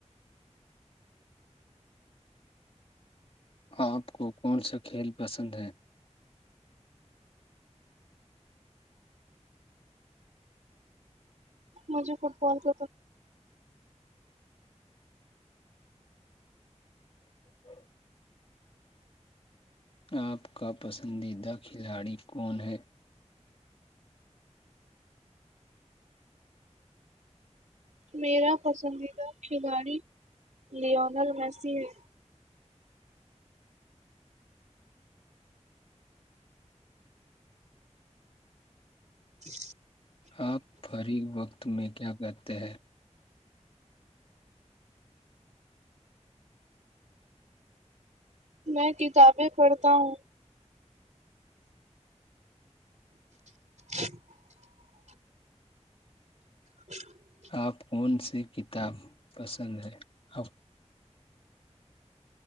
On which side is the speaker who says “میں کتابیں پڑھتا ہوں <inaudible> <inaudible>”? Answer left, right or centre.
Right